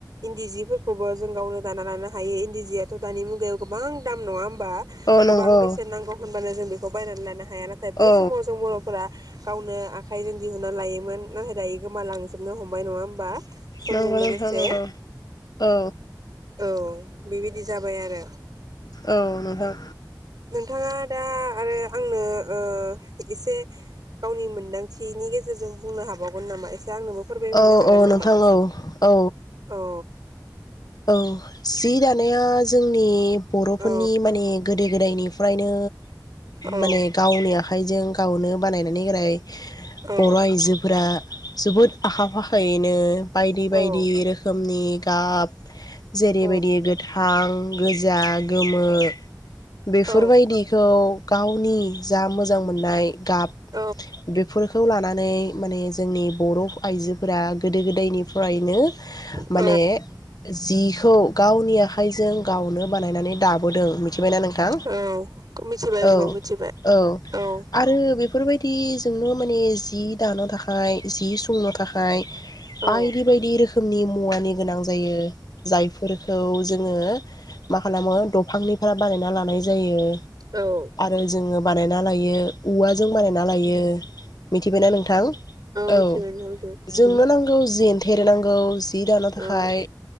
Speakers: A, on the right; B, on the left.
A: इन्दि जिफोरखौबो जों गावनो दाना लानो हायो इन्दि जिया थ दानि मुगायाव गोबां दाम नङा होमब बा
B: औ
A: गोबां
B: नंगौ
A: बेसेन नांगौ होनबानो जों बे खौ बायनानै लाना हाया नाथाय बै
B: औ
A: समाव जों बरफोरा गावनो आखाइजों दिहुनना लायोमोन नाथाय दायो गोमालांजोबनो हमबाय नङाहोम बा समजों
B: नंगौ
A: लोगोसे
B: नोंथां नंगौ औ
A: औ बेबायदि जाबाय आरो
B: औ नोंथां
A: नोंथाङा दा आरो आंनो ओ एसे गावनि मोन्दांथिनि गेजेरजों बुंनो हाबावगोन नामा ए दा आंनोबो फोरमायहैनो
B: औ
A: हागोन
B: औ
A: नामा
B: नोंथां औ औ
A: औ
B: औ जि दानाया जोंनि बरफोरनि
A: औ
B: माने गोदो गोदायनि फ्रायनो
A: औ
B: माने गावनिया आखाइजों गावनो बानायनानै राय
A: औ
B: बर आइजोफोरा जोबोद आखा फाखायैनो बायदि बायदि
A: औ
B: रोखोमनि गाब <inaudible> जेरैबायदि
A: औ
B: गोथां गोजा गोमो बेफोरबायदिखौ
A: औ
B: गावनि जा मोजां मोजां मोननाय गाब
A: औ
B: बेफोरखौ लानानै माने जोंनि बर आइजोफोरा गोदो गोदायनि फ्रायनो
A: औ
B: माने बिखौ गावनि आखा खाइजों गावनो बानायनानै दाब बोदों। थिबायना नोंथां
A: औ मिथिबाय
B: औ
A: नंगौ
B: औ
A: मिथिबाय औ
B: आरो बेफो फोरबायदिजोंनो माने जि दानो थाखाय जि संनो थाखाय
A: औ
B: बायदि बायदि रोखोमनि मुवानि गोनां जायो। जायफोरखौ जोङो मा खालामो दफांनिफ्राय बानायना लानाय जायो।
A: औ
B: आरो जोङो बानायना लायो। औवाजों बानायना लायो मिथिबायना नोंथां
A: मिथिबाय
B: औ
A: नोंथां मिथिबाय
B: जोंनो नांगौ जेन्थेर नांग औ जि दान' थाखाय।
A: औ